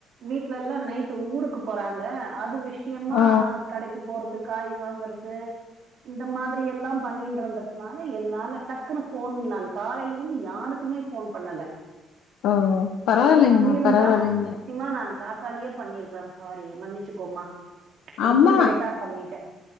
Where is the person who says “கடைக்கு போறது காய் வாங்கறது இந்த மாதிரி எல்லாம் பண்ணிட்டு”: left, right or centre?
Right